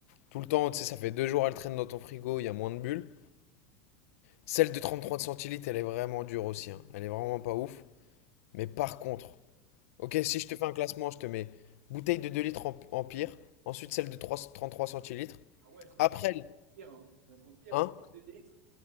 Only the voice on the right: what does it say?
Ah ouais, 33
centilitres, pire, hein. Je la trouve pire
parce que celle de 2 litres,